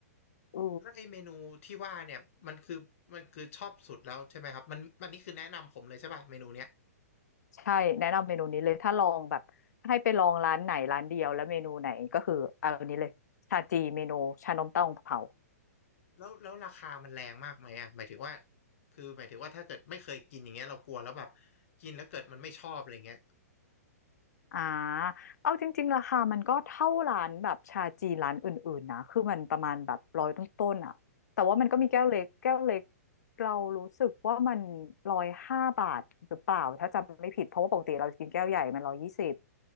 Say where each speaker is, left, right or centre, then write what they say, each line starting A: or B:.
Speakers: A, on the left; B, on the left.
A: เออ
B: แล้วไอเมนูที่ว่าเนี่ยมันคือมันคือชอบสุดแล้วใช่ไหมครับมันมันนี่คือแนะนำผมเลยใช่ป่ะเมนูเนี้ย
A: ใช่แนะนำเมนูนี้เลยถ้าลองแบบถ้าให้ไปลองร้านไหนร้านเดียวแล้วเมนูไหนก็คือเอาอันนี้เลยชาจีเมนูชานมเต้าหู้เผา
B: แล้วแล้วราคามันแรงมากไหมอ่ะหมายถึงว่าคือหมายถึงว่าถ้าเกิดไม่เคยกินอย่างเงี้ยเรากลัวแล้วแบบกินแล้วเกิดมันไม่ชอบอะไรเงี้ย
A: อ่าเอาจริงๆราคามันก็เท่าร้านแบบชาจีนร้านอื่นๆนะคือมันประมาณแบบร้อยต้นๆอ่ะแต่ว่ามันก็มีแก้วเล็กแก้วเล็กเรารู้สึกว่ามันร้อยห้าบาทหรือเปล่าถ้าจำไม่ผิดเพราะว่าปกติเราจะกินแก้วใหญ่มันร้อยยี่สิบ